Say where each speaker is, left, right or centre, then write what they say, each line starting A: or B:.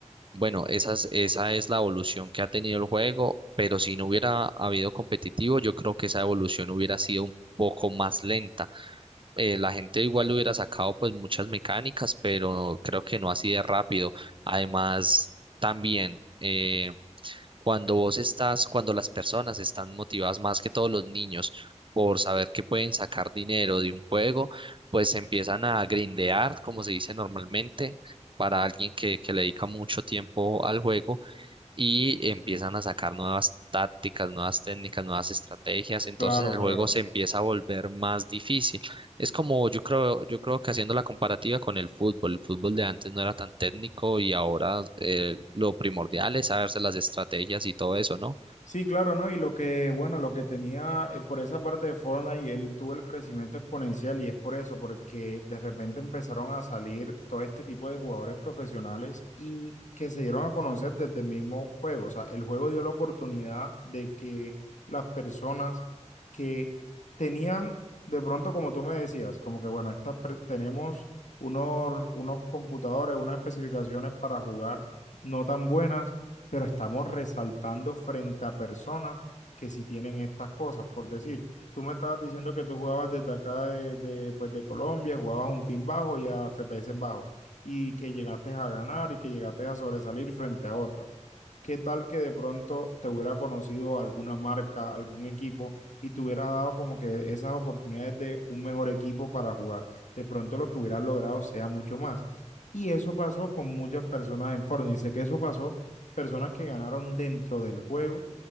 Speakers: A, on the right; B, on the left.
A: bueno, esa es, esa es la evolución que ha tenido el juego, pero si no hubiera habido competitivo, yo creo que esa evolución hubiera sido un poco más lenta eh, la gente igual le hubiera sacado pues muchas mecánicas, pero creo que no así de rápido. Además, también eh, cuando vos estás, cuando las personas están motivadas más que todos los niños por saber que pueden sacar dinero de un juego, pues empiezan a grindear, como se dice normalmente. Para alguien que, que le dedica mucho tiempo al juego, y empiezan a sacar nuevas tácticas, nuevas técnicas, nuevas estrategias, entonces
B: Claro,
A: el
B: claro.
A: juego se empieza a volver más difícil. Es como yo creo, yo creo que haciendo la comparativa con el fútbol, el fútbol de antes no era tan técnico y ahora eh, lo primordial es saberse las estrategias y todo eso, ¿no?
B: Sí, claro, ¿no? Y lo que, bueno, lo que tenía eh, por esa parte de Fortnite, él tuvo el crecimiento exponencial y es por eso, porque de repente empezaron a salir todo este tipo de jugadores profesionales y que se dieron a conocer desde el mismo juego. O sea, el juego dio la oportunidad de que las personas que tenían, de pronto, como tú me decías, como que, bueno, estas per- tenemos unos, unos computadores, unas especificaciones para jugar no tan buenas pero estamos resaltando frente a personas que sí tienen estas cosas. Por decir, tú me estabas diciendo que tú jugabas desde acá de, de, pues de Colombia, jugabas un pin bajo y a FPS bajos, y que llegaste a ganar y que llegaste a sobresalir frente a otras. ¿Qué tal que de pronto te hubiera conocido alguna marca, algún equipo y te hubiera dado como que esas oportunidades de un mejor equipo para jugar? De pronto lo que hubieras logrado sea mucho más. Y eso pasó con muchas personas en Fortnite. Y sé que eso pasó personas que ganaron dentro del juego